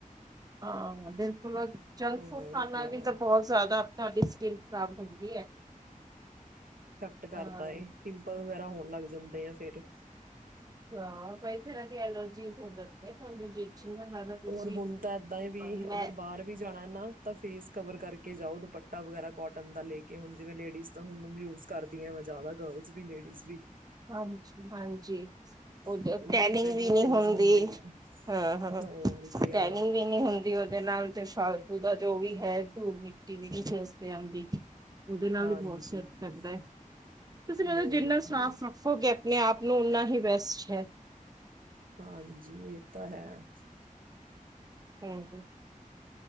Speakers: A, on the right; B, on the right.
A: ਆਂ, ਬਿਲਕੁਲ'ਚ ਜੰਕ-
B: ਹੋਰ
A: ਫੂਡ ਖਾਣਾ
B: ਕਿਆ
A: ਵੀ ਤਾਂ ਬਹੁਤ ਜ਼ਿਆਦਾ, ਤੁਹਾਡੀ ਸ੍ਕਿੰਨ ਖਰਾਬ ਹੰਦੀ ਹੈ।
B: ਇਫ਼ੈਕਟ
A: ਹਾਂ
B: ਕਰਦਾ ਏ, ਪਿੰਪਲ ਵਗੈਰਾ ਹੋਣ ਲੱਗ ਜਾਂਦੇ ਆ ਫਿਰ।
A: ਹਾਂ, ਕਈ ਤਰ੍ਹਾਂ ਦੀ ਐਲਰਜੀ ਹੋ ਜਾਂ <unintelligible> ਜੀ ਛੀ ਮੈਂ ਲੱਗਦਾ ਤੁਸੀਂ
B: ਔਰ ਹੁਣ ਤਾਂ ਏਦਾਂ ਹੀ
A: ਤਾਂ ਵੀ ਮੈਂ
B: ਅਗਰ ਬਾਹਰ ਵੀ ਜਾਣਾ ਨਾ, ਤਾਂ ਫੇਸ ਕਵਰ ਕਰਕੇ ਜਾਓ, ਦੁਪੱਟਾ ਵਗੈਰਾ ਕੌਟਨ ਦਾ ਲੇਕੇ, ਹੁਣ ਜਿਵੇਂ ਲੇਡੀਜ਼ ਤਾਂ ਹੁਣ ਯੂਜ ਕਰਦੀਆਂ ਵਾ, ਜ਼ਿਆਦਾ ਗਰਲਜ਼ ਵੀ ਲੇਡੀਜ਼ ਵੀ।
A: ਹਾਂਜੀ-ਹਾਂਜੀ, ਉਦੋਂ
B: ਕਿਉਂਕਿ
A: ਟੈਨਿੰਗ
B: ਧੁੱਪੇ ਬਹੁਤ
A: ਵੀ ਨੀ
B: ਤੇਜ਼
A: ਹੁੰਦੀ।
B: ਹੈ
A: ਹਾਂ-ਹਾਂ,
B: ਹੋਰ ਕਿਆ
A: ਟੈਨੀਂਗ ਵੀ ਹੁੰਦੀ ਉਹਦੇ ਨਾਲ, ਤੇ ਫਾਲਦੂ ਦਾ ਜੋ ਵੀ ਹੈ, ਧੂਲ-ਮਿੱਟੀ ਵੀ ਉਸਤੇ ਆਂਦੀ। ਉਹਦੇ, ਨਾਲ
B: ਹਾਂਜੀ,
A: ਵੀ ਬਹੁਤ ਸ ਪੈਂਦਾ ਹੈ, ਤੁਸੀਂ ਕਹਿੰਦੇ
B: ਹੋਰ
A: ਜਿੰਨੇ ਸਾਫ਼
B: ਕੀ
A: ਰ, ਖੋਗੇ, ਆਪਣੇ-ਆਪ ਨੂੰ ਓਨਾ ਹੀ ਬੈਸਟ ਹੈ।
B: ਹਾਂਜੀ, ਇਹ ਤਾ ਹੈ।
A: ਹਾਂਜੀ,